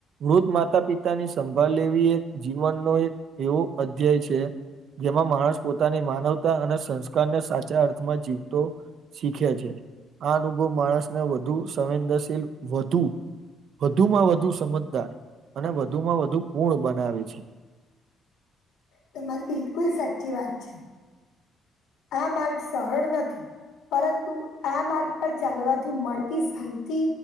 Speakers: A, on the right; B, on the left.
A: વૃદ્ધ માતા પિતાની સંભાળ લેવી એક જીવનનો એક એવો અધ્યાય છે જેમાં માણસ પોતાની માનવતા અને સંસ્કારને સાચા અર્થમાં જીવતો શીખે છે આ અનુભવ માણસને વધુ સંવેદનશીલ વધુ વધુમાં વધુ સમજદાર અને વધુમાં વધુ પૂર્ણ બનાવે છે <inaudible>
B: તમારી બિલકુલ સાચી વાત છે
A: <inaudible>
B: આ માર્ગ સરળ નથી પરંતુ આ માર્ગ પર ચાલવાથી મળતી શાંતિ